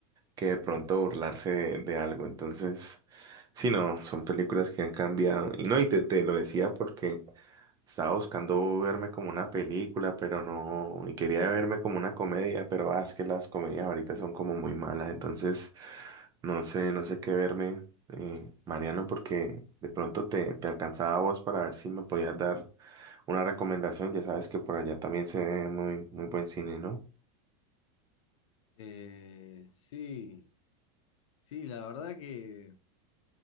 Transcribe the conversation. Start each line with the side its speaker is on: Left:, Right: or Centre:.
Right: que de pronto burlarse de, de algo. Entonces, sí, no, son películas que han cambiado. Y no, y te, te lo decía porque Estaba buscando verme como una película, pero no, y quería verme como una comedia, pero ah, es que las comedias ahorita son como muy malas, entonces no sé, no sé qué verme, eh, Mariano, porque de pronto te, te alcanzaba a vos para ver si me podías dar una recomendación, ya sabes que por allá también se ve muy, muy buen cine, ¿no?
Left: Eh, sí, sí, la verdad que